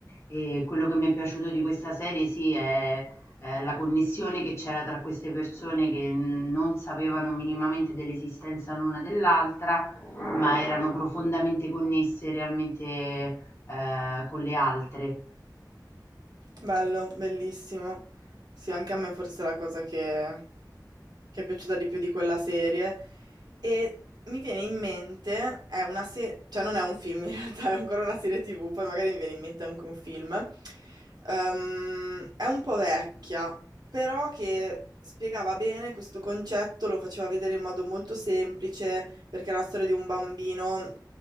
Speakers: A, on the left; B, on the right.
A: E quello che mi è piaciuto di questa serie sì è Ehm, la connessione che c'era tra queste persone che non sapevano minimamente dell'esistenza l'una dell'altra, ma erano profondamente connesse realmente, ehm, con le altre.
B: Bello, bellissimo. Sì, anche a me forse è la cosa che, che è piaciuta di più di quella serie. E mi viene in mente, è una serie, cioè non è un film in realtà, <laughs> è ancora una serie TV, poi magari mi viene in mente anche un film. Ehm, è un po' vecchia, però che spiegava bene questo concetto, lo faceva vedere in modo molto semplice, perché è la storia di un bambino